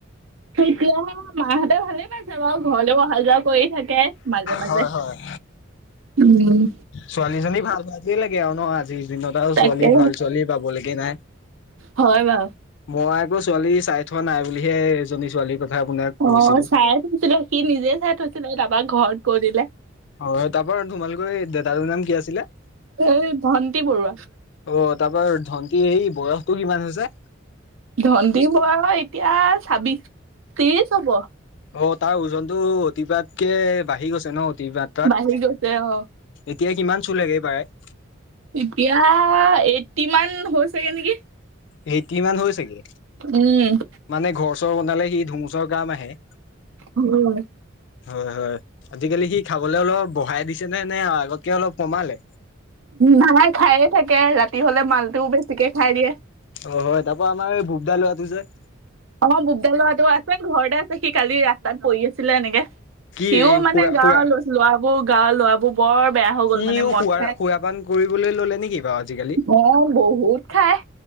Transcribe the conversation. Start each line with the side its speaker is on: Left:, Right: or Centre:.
Right: এতিয়া মাহঁতে ভালে পাইছে বাৰু ঘৰলৈয়ো অহা যোৱা কৰি থাকে মাজে মাজে,
Left: হয় হয়।
Right: উম
Left: ছোৱালীজনী ভাল ভাজেই লাগে আৰু ন আজি যিদিনত আও
Right: তাকে
Left: ছোৱালী ভাল ছোৱালী পাবলৈগে নাই।
Right: হয় বাৰু
Left: মই আকৌ ছোৱালী চাই থোৱা নাই বুলিহে এজনী ছোৱালী কথা আপোনাক কৈছিলো।
Right: অ' চাই থৈছিলে সি নিজে চাই থৈছিলে তাপা ঘৰত কৈ দিলে
Left: অ', তাপা তোমাৰলোকৰ এই দাদাটো নাম কি আছিলে
Right: এই ধণ্টি বৰুৱা
Left: অ' তাপা ধনটিৰ এ বয়সতটো কিমান হৈছে
Right: ধন্তী বয়স এতিয়া ছাব্বিশ ত্ৰিশ হ'ব
Left: অ' তাৰ ওজনটো অতিপাতকে বাঢ়ি গৈছে ন কিবা তাত
Right: বাঢ়ি গৈছে অ
Left: এতিয়া কিমান চুলেগে পাই
Right: এতিয়া এইটটি মান হৈচেগে নেকি
Left: এইটটি মান হৈছে গে
Right: উম
Left: মানে ঘৰ চৰ বনালে সি ধুমুচৰ কাম আহে
Right: উম
Left: হয় হয় আজিকালি সি খাবলে অলপ বহাই দিছে নে নে আগতকে অলপ কমালে
Right: নাই খায়ে থাকে ৰাতি হলে মালটোও বেছিকে খাই দিয়ে
Left: অ' তাপা আমাৰ বুবদা ল'ৰাটো যে
Right: অ', বুবদা লৰাটো আছে ঘৰতে আছে সি কালি ৰাস্তাত পৰি আছিলে এনেকে
Left: কি
Right: সিও মানে
Left: খুৰা
Right: গাঁৱৰ
Left: খুৰা
Right: ল'ৰাবোৰ গাঁৱৰ ল'ৰাবোৰ বৰ বেয়া হৈ
Left: সিও
Right: গল মানে মদ
Left: খুৰা
Right: খাই
Left: খুৰাপান কৰিবলৈ ললে নেকি বাৰু আজিকালি
Right: অ' বহুত খাই